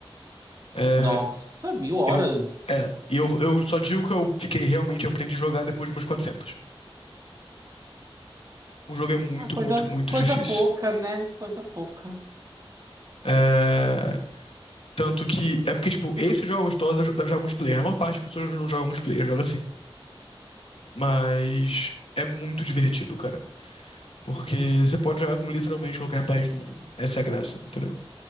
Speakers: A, on the left; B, on the right.
A: É,
B: Nossa, mil horas.
A: eu. É, e eu, eu só digo que eu fiquei realmente, eu aprendi a jogar depois de umas quatrocentas O jogo é muito,
B: Ah, coisa,
A: muito, muito
B: coisa
A: difícil.
B: pouca, né? Coisa pouca.
A: É. Tanto que. É porque, tipo, esses jogos todos devem jogar multiplayer. A maior parte das pessoas não joga multiplayer, joga assim. Mas é muito divertido, cara. Porque você pode jogar com literalmente qualquer país do mundo. Essa é a graça, entendeu?